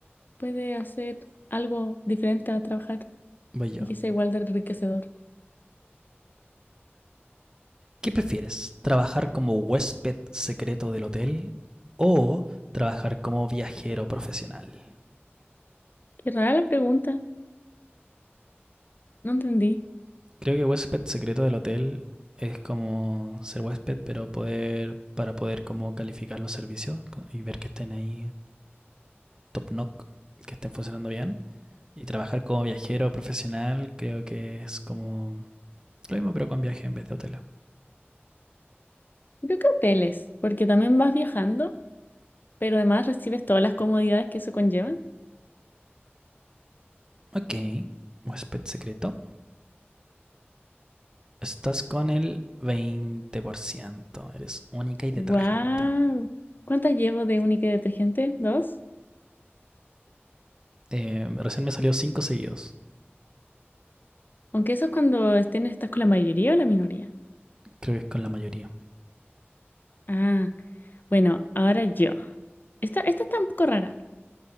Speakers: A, on the left; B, on the right.
A: puede hacer algo diferente a trabajar
B: Voy yo.
A: y que sea igual de enriquecedor.
B: ¿Qué prefieres? ¿Trabajar como huésped secreto del hotel o trabajar como viajero profesional?
A: Qué rara la pregunta, no entendí.
B: Creo que huésped secreto del hotel es como ser huésped, pero poder para poder como calificar los servicios y ver que estén ahí top knock, que estén funcionando bien. Y trabajar como viajero profesional creo que es como lo mismo pero con viaje en vez de hotel.
A: Yo creo que hoteles, porque también vas viajando, pero además recibes todas las comodidades que eso conlleva.
B: Ok, huésped secreto. Estás con el 20%. Eres única y detergente.
A: ¡Wow! ¿Cuántas llevo de única y detergente? ¿Dos?
B: Eh, recién me salió cinco seguidos.
A: Aunque eso es cuando estén, estás con la mayoría o la minoría.
B: Creo que es con la mayoría.
A: Ah. Bueno, ahora yo. Esta, esta está un poco rara.